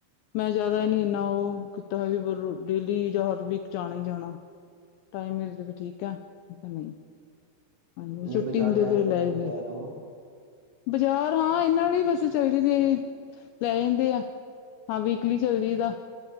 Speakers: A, on the left; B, on the right.
A: ਮੈਂ ਜ਼ਿਆਦਾ ਹੀ ਨੀ ਇੰਨਾ ਉਹ ਕੀਤਾ ਹੈ ਵੀ ਡੇਲੀ ਜਾਂ ਹਰ ਵੀਕ ਜਾਣਾ ਈ ਜਾਣਾ ਟਾਈਮ ਮਿਲਜੇ ਤੇ ਵੀ ਠੀਕ ਆ ਨਹੀਂ ਹਾਂਜੀ ਛੁੱਟੀ
B: ਨਹੀਂ ਬਾਜ਼ਾਰ
A: ਹੁੰਦੀ
B: ਜਾਇਆ
A: ਫੇਰ
B: ਕਰੋ
A: ਲੈ
B: ਘੁੰਮ
A: ਜਾਂਦੇ
B: ਕੇ ਆਇਆ ਕਰੋ
A: ਬਜ਼ਾਰ ਹਾਂ, ਇਹਨਾਂ ਲਈ ਵੈਸੇ ਚੱਲਜੀਦੇ, ਲੈ ਜਾਂਦੇ ਆ। ਹਾਂ ਵੀ ਕੱਲੀ ਚਲਜੀ ਦਾ,